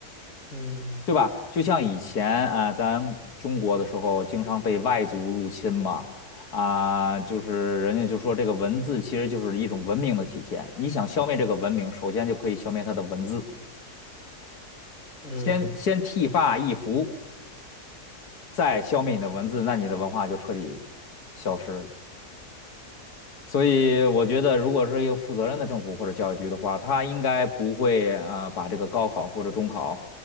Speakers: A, on the left (about 50°); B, on the left (about 80°).
A: 嗯
B: 对吧？就像以前啊、咱中国的时候，经常被外族入侵嘛，啊、就是人家就说这个文字其实就是一种文明的体现。你想消灭这个文明，首先就可以消灭它的文字，
A: 嗯
B: 先先剃发易服，再消灭你的文字，那你的文化就彻底消失了。所以我觉得，
A: 嗯
B: 如果是一个负责任的政府或者教育局的话，它应该不会啊、呃把这个高考或者中考